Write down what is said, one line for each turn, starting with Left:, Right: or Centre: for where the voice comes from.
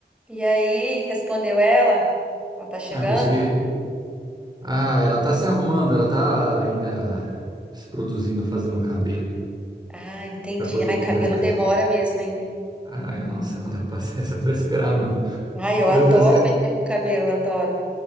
Centre: E aí, respondeu ela, ela tá chegando?
Right: Ah, consegui. Ah, ela tá se arrumando, ela tá ainda se produzindo, fazendo o cabelo
Centre: Ah, entendi.
Right: pra poder
Centre: Ai,
Right: vir
Centre: cabelo
Right: pra cá.
Centre: demora mesmo, hein?
Right: Ai, nossa, não deu <laughs> paciência pra esperar, não.
Centre: Ai, eu
Right: Meu
Centre: adoro
Right: Deus, é
Centre: mexer com cabelo, adoro.